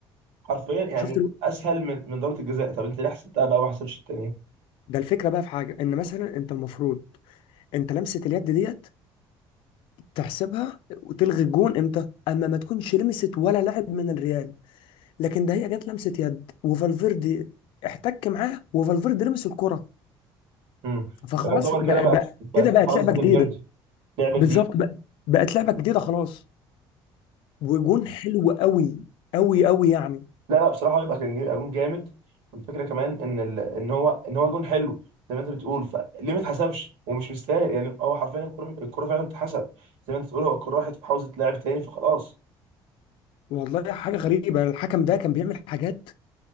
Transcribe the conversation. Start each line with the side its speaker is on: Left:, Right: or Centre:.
Right: حرفيا يعني
Left: شفت الو...
Right: اسهل من من ضربه الجزاء طب انت ليه حسبتها بقى وما حسبش الثانيه
Left: ده الفكره بقى في حاجه ان مثلا انت المفروض انت لمسه اليد ديت تحسبها وتلغي الجون امتى اما ما تكونش لمست ولا لاعب من الريال لكن ده هي جت لمسه يد وفالفيردي احتك معاه وفالفيردي لمس الكره
Right: امم
Left: فخلاص
Right: يعتبر
Left: بقى,
Right: كده بقت
Left: بقى
Right: بقت
Left: كده
Right: في
Left: بقت
Right: حوزه
Left: لعبه جديده
Right: الفيردي لعبه
Left: بالظبط
Right: جديده
Left: بقى بقت لعبه جديده خلاص وجون حلو قوي قوي قوي يعني
Right: لا لا بصراحه هو يبقى كان جاي- جون جامد والفكره كمان ان ال... ان هو ان هو جون حلو زي ما انت بتقول فليه ما اتحسبش ومش مستاهل يعني هو حرفيا الكره الكره فعلا اتحسب زي ما انت بتقول هو الكره راحت في حوزه لاعب تاني فخلاص
Left: والله حاجه غريبه الحكم ده كان بيعمل حاجات